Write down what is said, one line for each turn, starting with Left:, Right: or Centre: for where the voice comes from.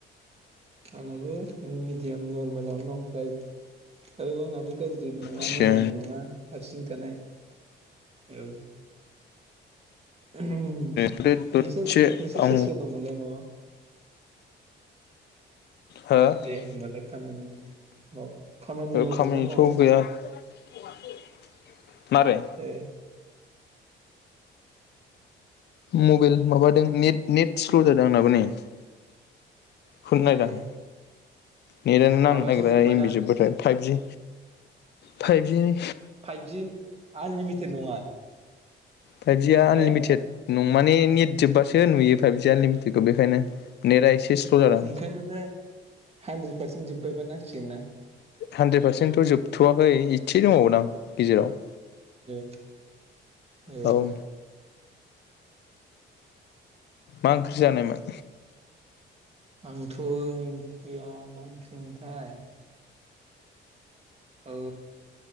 Right: आंनाबो मिडियाम नर्मेलानो दं गाज्रि औ आंनाबो गाज्रिबो नङा
Left: थिया
Right: मोजांबो नङा हारसिं । <unintelligible> औ नोंसोर
Left: बे दसे
Right: नोंसोर
Left: आं
Right: सोर सोर दंमोनलाय न'आव?
Left: हो
Right: दे होमबालाय खामानि माव खामानि मावदोंबा
Left: खामानिथ'
Right: माव ।
Left: गैया <unintelligible> मारै?
Right: ए
Left: मबाइल माबादों नेट नेट स्ल' जादों आंनाबो नै । खौ नायदों
Right: ए
Left: आं नेत आनो नांनो
Right: माबासो
Left: नागिरा
Right: जोब्बायदां
Left: एमबि जोबाथाइ फायेब जि फाइभजिनि
Right: फाइभजि आनलिमिटेड नङा?
Left: फाइभजिआ आनलिमिटेड
Right: हो
Left: नं माने नेट जोबबासो नुयो फाइभजि आनलिमिटेट खौ बेखायनो नेटआ एसे स्ल' जादों
Right: ओंखाइनोथ दा हानद्रेद पारसेन्ट जोबबाय । नांसिगोन ना?
Left: हानद्रेद पारसेन्टथ' जोबथ'वाखै इसे दंबावोदां गेजेराव ।
Right: ए ए!
Left: औ मा ओंख्रि जानायमोन?
Right: आंथ' ओंख्रिया मा ओंख्रिमोनथाय! औ